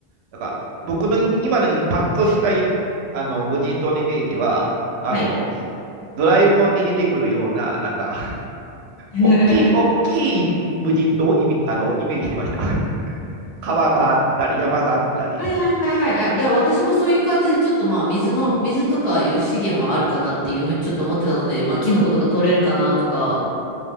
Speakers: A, on the right; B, on the left.
A: なんか僕のい今のいパッとしたいあの無人島のイメージは、あの、
B: はい。
A: ドラえもんに出てくるような、なんか、
B: <laughs>
A: 大きい、大きい無人島をイメあのイメージしてました。川があったり、山があったり。
B: はいはいはいはい。あいや、私もそういう感じで、ちょっとまあ、水の、
A: うん、
B: 水とかいう資源はあるかなっていうふうにちょっと思ってたので、
A: うん、うん、
B: まあ、キノコとか取れるかなとか、
A: うん、